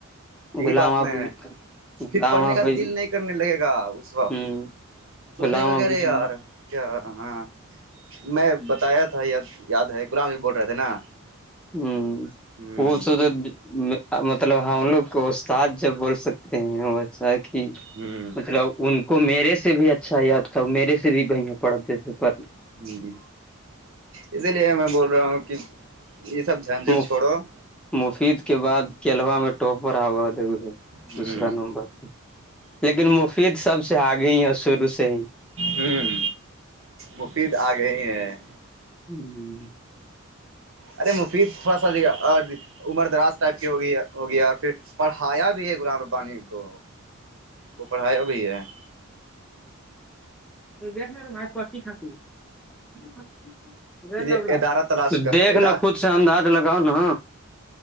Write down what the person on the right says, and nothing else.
یہی
بات
نہیں ہے پھر
پڑھنے
کا دل نہیں کرنے لگے گا اس وقت
سوچنے
کا
ارے یار
کیا ہاں میں بتایا تھا یاد یاد ہے غلام نبی بول رہے تھے نا
ہوں
ہوں
ہ اسی لیے میں بول رہا ہوں کہ یہ سب جھنجھٹ
چھوڑو-
ہ
ہوں مفید آ گئے ہی ہیں-
ارے مفید تھوڑا سا دیکھیے اور عمر دراز ٹائپ کی ہو گئی ہو گیا- پھر پڑھایا بھی ہے غلام ربانی کو وہ پڑھایا بھیا- <inaudible>
یہ
ادارہ تلاش
کر